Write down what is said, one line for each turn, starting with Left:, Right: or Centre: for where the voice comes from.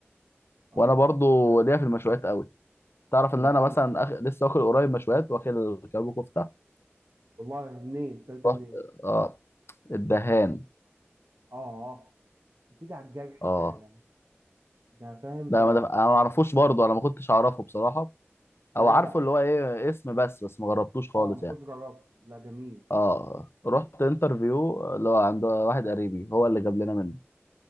Right: اه
Left: وانا برضو
Right: ده
Left: ليا في المشويات قوي تعرف ان
Right: انا
Left: انا
Right: بحب
Left: مثلا
Right: المشويات
Left: أخ... لسه واكل قريب مشويات واكل كباب كفته
Right: والله منين كلت منين
Left: رحت اه الدهان
Right: اه اه بتيجي على الجرح
Left: اه
Right: فعلا ده فاهم
Left: ده
Right: ده
Left: ما ده... انا ما اعرفوش برضو انا ما كنتش اعرفه بصراحه
Right: يا
Left: او
Right: جدع
Left: عارفه اللي هو ايه اسم بس بس ما جربتوش خالص
Right: اه ما
Left: يعني
Right: كنتش جربت لا جميل
Left: اه رحت انترفيو اللي هو عند واحد قريبي هو اللي جاب لنا منه